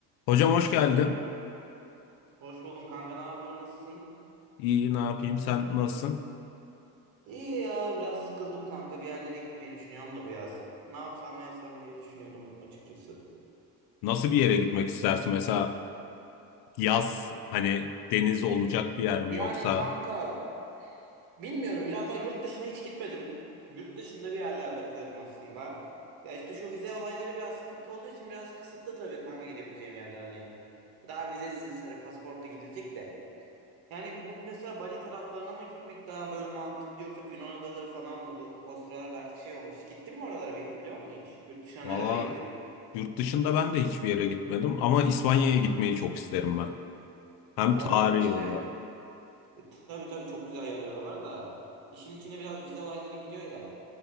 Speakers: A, on the left; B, on the right.
A: Hocam hoş geldin.
B: Hoş buldum kanka. Ne yapıyorsun? Nasılsın?
A: İyi ne yapayım? Sen nasılsın?
B: İyi ya. Biraz sıkıldım kanka. Bir yerlere gitmeyi düşünüyorum da bu yaz. Ne yapsam ne etsem diye düşünüyordum açıkçası.
A: Nasıl bir yere gitmek istersin? Mesela yaz hani deniz olacak bir yer mi
B: Yani
A: yoksa
B: kanka bilmiyorum. Biraz daha yurt dışına hiç gitmedim. Yurt dışında bir yerler bakıyordum aslında. Ya işte şu vize olayları biraz sıkıntı olduğu için biraz kısıtlı tabii kanka gidebileceğim yerler hani. Daha vizesiz hani pasaportla gidilecek de. Yani bu mesela Bali taraflarına mı gitmek daha böyle mantıklı yoksa bir Yunan adaları falan mı bu o sıralarda artık şey olmuş. Gittin mi oralara bir biliyor musun hiç? Yurt dışına
A: valla
B: nerelere gittin?
A: yurt dışında ben de hiçbir yere gitmedim ama İspanya'ya gitmeyi çok isterim ben. Hem
B: Ya oralar
A: tarihi
B: da işte
A: olarak
B: e, tabii tabii çok güzel yerler oralar da İşin içine biraz vize olayları giriyor ya.